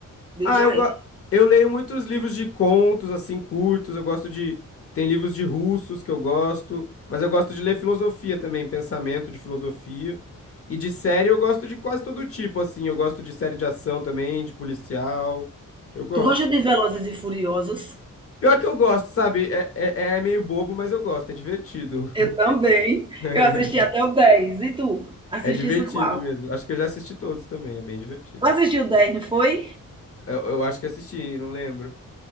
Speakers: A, on the right; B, on the left.
A: Diz
B: Ah,
A: aí.
B: eu, go... eu leio muitos livros de contos, assim, curtos. Eu gosto de. Tem livros de russos que eu gosto, mas eu gosto de ler filosofia também, pensamento de filosofia. E de série eu gosto de quase todo tipo, assim. Eu gosto de série de ação também, de policial. Eu gosto.
A: Tu gosta de Velozes e Furiosos?
B: Pior que eu gosto, sabe? É, é, é meio bobo, mas eu gosto, é divertido.
A: Eu também.
B: <laughs>
A: Eu assisti até o 10. E tu? Assistisse
B: É divertido
A: qual?
B: mesmo. Acho que eu já assisti todos também, é bem divertido.
A: Tu assistiu o dez. não foi?
B: Eu, eu acho que assisti, não lembro.